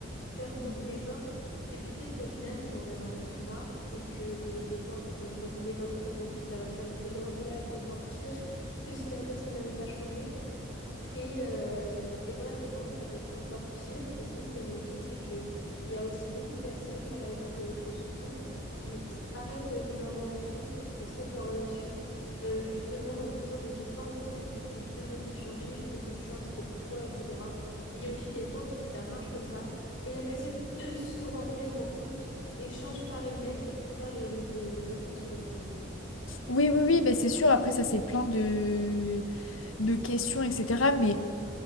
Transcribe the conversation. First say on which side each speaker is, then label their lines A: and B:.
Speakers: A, on the left; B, on the left.
A: faire beaucoup d'efforts, et puis peut-être qu'au final, ils vont en avoir juste marre, et que les efforts vont retomber d'un coup, donc ça va faire une dégringolade encore pire que si la personne n'avait pas changé. Et, euh, et voilà, donc en vrai, ça peut être encore pire. Et sinon, ce que je me dis, c'est que il y a aussi beaucoup de personnes, par exemple, euh, je pense aux couples, qui s- arrêtent euh, leur relation, mais qui stoppent leur relation, euh, justement en disant, mais j'ai pas envie en fait de te demander de changer, je veux que tu changes pour toi, etc. Il y a aussi des fois où ça marche comme ça, et la personne <clears throat> se rend réellement compte et change par elle-même, et plus tard, les, les personnes se retrouvent.
B: Oui, oui, oui, mais c'est sûr. Après, ça c'est plein de de questions, etc. Mais